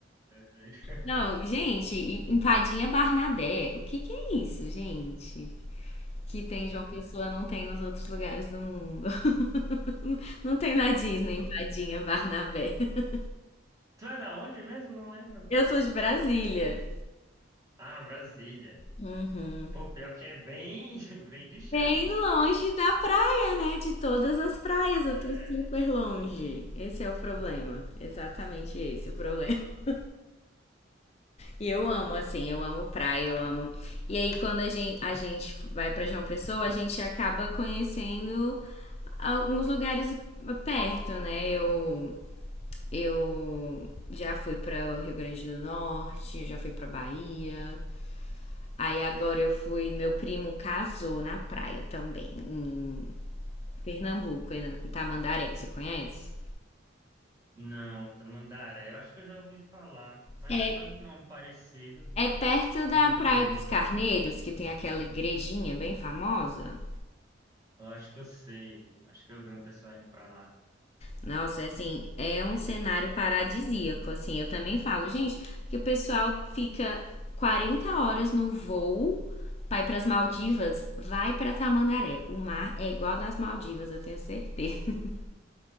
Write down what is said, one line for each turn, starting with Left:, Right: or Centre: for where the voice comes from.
Right: É,
Left: Não, gente, e- empadinha Barnabé. O que que é isso, gente? Que tem em
Right: é.
Left: João Pessoa, não tem nos outros lugares do mundo. <laughs> Não tem na Disney,
Right: Pô,
Left: empadinha Barnabé. <laughs>
Right: Tu é da onde mesmo? Não lembro.
Left: Eu sou de Brasília.
Right: Ah, Brasília.
Left: Uhum.
Right: Pô, pior que é bem, <laughs> bem distante.
Left: Bem longe da praia, né? De todas as praias, eu
Right: É,
Left: tô super longe. Esse é o problema. Exatamente esse é o problema. <laughs> E eu amo, assim, eu amo praia, eu amo. E aí, quando a gente, a gente vai pra João Pessoa, a gente acaba conhecendo alguns lugares perto, né? Eu, eu já fui para Rio Grande do Norte, já fui para Bahia. Aí agora eu fui, meu primo casou na praia também, em Pernambuco, em Tamandaré, você conhece?
Right: Não, Tamandaré. Eu acho que eu já ouvi falar, mas
Left: É,
Right: é tanto nome parecido que
Left: É perto da
Right: eu me
Left: Praia
Right: perco.
Left: dos Carneiros, que tem aquela igrejinha bem famosa.
Right: Eu acho que eu sei. Acho que eu vi um pessoal indo pra lá.
Left: Nossa, é assim, é um cenário paradisíaco, assim. Eu também falo, gente, que o pessoal fica 40 horas no voo, vai para as Maldivas, vai para Tamandaré. O mar é igual das Maldivas, eu tenho certeza. <laughs>